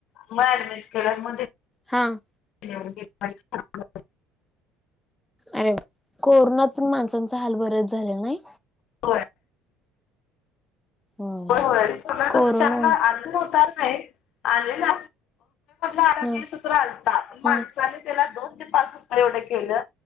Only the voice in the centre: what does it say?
हां
अरे कोरोनात पण माणसांचा हाल बरच झालं नाही
होय
कोरोना
ह ह